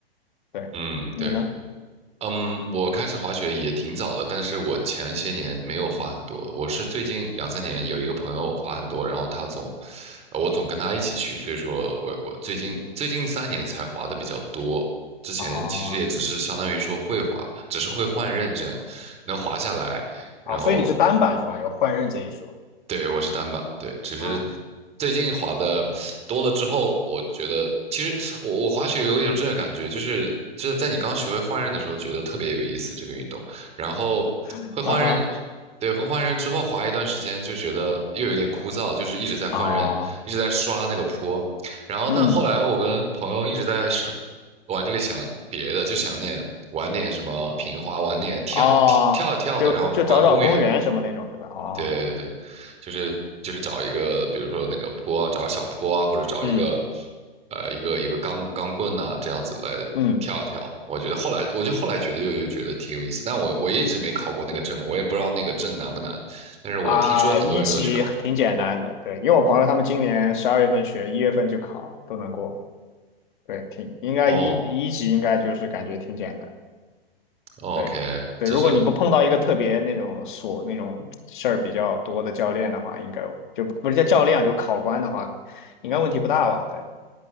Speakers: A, on the left (about 55°); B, on the right (about 20°).
A: 对，
B: 嗯，
A: 你呢？
B: 对。嗯，我开始滑雪也挺早的，但是我前些年没有滑很多。我是最近两三年有一个朋友滑很多，然后他总，呃我总跟他一起去，所以说我我最近最近三年才滑的比较多。之前其实也只是相当于说会滑，
A: 啊
B: 只是会换刃这样，能滑下来，然后
A: 啊，所以你是单板是吧？有换刃这一说
B: 对，我是单板，对，只是
A: 啊
B: 最近滑的多了之后，我觉得其实我我滑雪有一种这种感觉，就是就是在你刚学会换刃的时候，觉得特别有意思这个运动，然后会换刃，
A: <laughs> 啊哈
B: 对，会换刃之后滑一段时间就觉得又有点枯燥，就是一直在换刃，
A: 啊，
B: 一直在刷那个坡，然后但后来我跟朋友一直在是
A: 嗯
B: 玩这个想别的，就想点玩点什么平滑，玩点跳跳一跳的，
A: 哦，就就找找公园什么那种对吧？
B: 然后玩公园。
A: 哦。
B: 对对对，就是就是找一个，比如说那个坡啊，找小坡啊，或者找一个，
A: 嗯
B: 呃，一个一个钢钢棍呐、这样子来跳一跳。
A: 嗯
B: 我觉得后来，我就后来觉得又又觉得挺有意思，但我我一直没考过那个证，
A: 嗯
B: 我也不知道那个证难不难，但是我听说很多人都去考。
A: 啊，一级挺简单的，对，因为我朋友他们今年十二月份学，一月份就考，都能过，对，挺应该一一级应该就是感觉挺简单，
B: 哦，OK，
A: 对对，
B: 这是
A: 如果你不碰到一个特别那种琐那种事儿比较多的教练的话，应该就不是叫教练就考官的话，应该问题不大吧？对